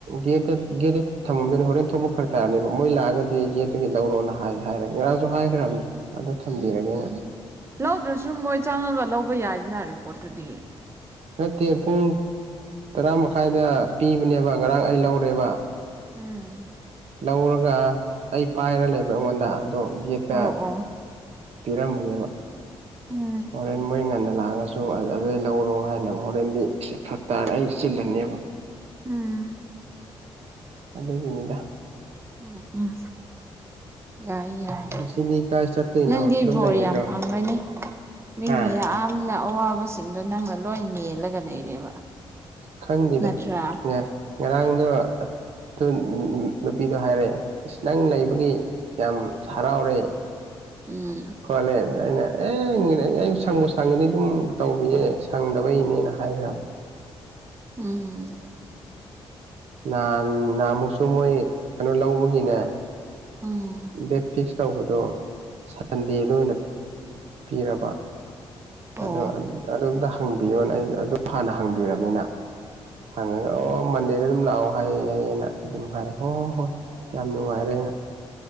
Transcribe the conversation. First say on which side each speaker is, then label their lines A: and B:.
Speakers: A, on the right; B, on the right.
A: ꯒꯦꯠꯇ ꯒꯦꯠꯇ ꯊꯝꯃꯝꯗꯣꯏꯅꯤ ꯍꯣꯔꯦꯟ ꯊꯣꯛꯄ ꯐꯔꯛ ꯅꯦꯕ ꯃꯣꯏ ꯂꯥꯛꯑꯒꯗꯤ ꯌꯦꯦꯠꯇꯒꯤ ꯂꯧꯔꯣꯅ ꯍꯥꯏ ꯍꯥꯏꯔꯒ ꯉꯔꯥꯡꯁꯨ ꯍꯥꯏꯈ꯭ꯔꯕꯅꯤ ꯑꯗꯨ ꯊꯝꯕꯤꯔꯒꯦꯅ
B: ꯂꯧꯗ꯭ꯔꯁꯨ ꯃꯣꯏ ꯆꯪꯉꯒ ꯂꯧꯕ ꯌꯥꯏꯗꯅ ꯔꯤꯄꯣꯔꯠꯇꯨꯗꯤ
A: ꯅꯠꯇꯦ ꯄꯨꯡ ꯇꯔꯥ ꯃꯈꯥꯏꯗ ꯄꯤꯕꯅꯦꯕ ꯉꯔꯥꯡ ꯑꯩ ꯂꯧꯔꯦꯕ
B: ꯎꯝ
A: ꯂꯧꯔꯒ ꯑꯩ ꯄꯥꯏꯔ ꯂꯩꯕ ꯑꯩꯉꯣꯟꯗ ꯑꯗꯣ ꯒꯦꯠꯇ
B: ꯑꯣ ꯑꯣ
A: ꯀꯤꯔꯝꯃꯒꯦꯕ
B: ꯎꯝ
A: ꯍꫭꯏ ꯃꯣꯏ ꯉꯟꯅ ꯀꯅꯥꯅꯁꯨ ꯑꯗꯨ ꯂꯧꯔꯣ ꯍꯥꯏꯅꯕ ꯍꯣꯔꯦꯟꯗꯤ ꯐꯛ ꯇꯥꯔ ꯑꯩ ꯆꯤꯜꯂꯅꯦꯕ
B: ꯎꯝ
A: ꯑꯗꯨꯒꯤꯅꯤꯗ
B: ꯎꯝ ꯎꯝ ꯌꯥꯏ ꯌꯥꯏ
A: ꯉꯁꯤꯗꯤ ꯀꯥꯏ ꯆꯠꯇꯣꯏꯅꯣ
B: ꯅꯪꯗꯤ
A: ꯑꯗꯨꯝ
B: ꯕꯣꯔ
A: ꯂꯩꯒꯗ꯭ꯔꯣ
B: ꯌꯥꯝ ꯐꯪꯪꯂꯅꯤ ꯃꯤ
A: ꯍꯥ
B: ꯃꯌꯥꯝ ꯅꯪꯅ ꯑꯋꯥꯕꯁꯤꯡꯗꯨꯣ ꯅꯪꯅ ꯂꯣꯏ ꯃꯦꯜꯂꯒ ꯂꯩꯔꯦꯕ
A: ꯈꯪꯗꯦꯗ
B: ꯅꯠꯇ꯭ꯔꯥ
A: ꯉꯥꯏ ꯉꯔꯥꯡꯗꯣ ꯑꯗꯨ ꯅꯨꯄꯤꯗꯣ ꯍꯥꯏꯔꯛꯑꯦ ꯏꯁ ꯅꯪ
B: ꯎꯝ
A: ꯂꯩꯕꯒꯤ ꯌꯥꯝ ꯍꯔꯥꯎꯔꯦ
B: ꯎꯝ
A: ꯈꯣꯠꯂꯦ ꯑꯩꯅ ꯑꯦ <unintelligible> ꯑꯩ ꯁꯪꯕꯨ ꯁꯪꯒꯗꯤ ꯑꯗꯨꯝ ꯇꯧꯕꯤꯌꯦ ꯁꯪꯗꯕꯩꯅꯦꯅ ꯍꯥꯏꯈ꯭ꯔꯕꯅꯦ
B: ꯎꯝ
A: ꯅꯍꯥꯟ ꯅꯍꯥꯟꯃꯨꯛꯁꯨ ꯃꯣꯏ ꯀꯩꯅꯣ ꯂꯧꯕꯒꯤꯅꯦ
B: ꯎꯝ
A: ꯗꯦꯠ ꯐꯤꯛꯁ ꯇꯧꯕꯗꯣ ꯁꯟꯗꯦꯗ ꯑꯣꯏꯅ ꯄꯤꯔꯕ ꯑꯗꯣ
B: ꯑꯣ
A: ꯑꯗꯣꯝꯗ ꯍꯪꯕꯤꯌꯣꯅ ꯑꯩ ꯑꯗꯨ ꯍꯥꯟꯅ ꯍꯪꯕꯤꯔꯕꯅꯤꯅ ꯍꯪꯉꯒ ꯑꯣ ꯃꯟꯗꯦꯗ ꯑꯗꯨꯝ ꯂꯥꯛꯑꯣ ꯍꯥꯏꯌꯦ ꯍꯥꯏꯌꯦꯅ ꯑꯗꯨꯝ ꯍꯥꯏꯔꯛꯦ ꯍꯣꯏ ꯍꯣꯏ ꯍꯣꯏ ꯌꯥꯝ ꯅꯨꯡꯉꯥꯏꯔꯦ ꯑꯩꯅ